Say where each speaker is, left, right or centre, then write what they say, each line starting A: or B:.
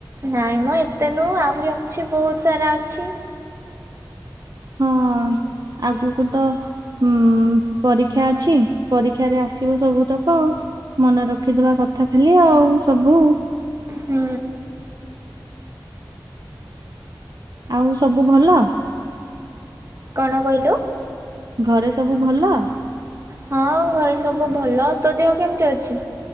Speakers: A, on the right (about 40°); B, on the right (about 60°).
A: ନାଇଁ ମ ଏତେ ନୁହଁ ଆହୁରି ଅଛି ବହୁତ ସାରା ଅଛି।
B: ହଁ ଆଗକୁ ତ ହୁଁ ପରୀକ୍ଷା ଅଛି ପରୀକ୍ଷାରେ ଆସିବ ସବୁ ତକ ଆଉ। ମନେ ରଖିଥିବା କଥା ଖାଲି ଆଉ ସବୁ।
A: ହୁଁ।
B: ଆଉ ସବୁ ଭଲ?
A: କଣ କହିଲୁ?
B: ଘରେ ସବୁ ଭଲ
A: ହଁ ଘରେ ସବୁ ଭଲ ତୋ ଦେହ କେମିତି ଅଛି?